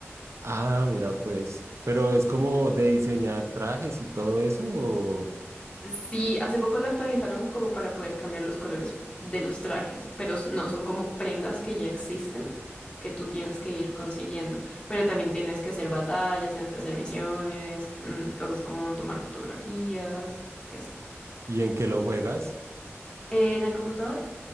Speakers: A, on the right; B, on the left.
A: Ah, mira, pues. Pero es como de diseñar trajes y todo eso.
B: Sí, hace poco lo actualizaron como para poder cambiar los colores de los trajes, pero s- no, son como prendas que ya existen que tú tienes que ir consiguiendo. Pero también tienes que hacer batallas, tienes que hacer misiones, mm, cosas como tomar fotografías y así.
A: ¿Y en qué lo juegas?
B: En el computador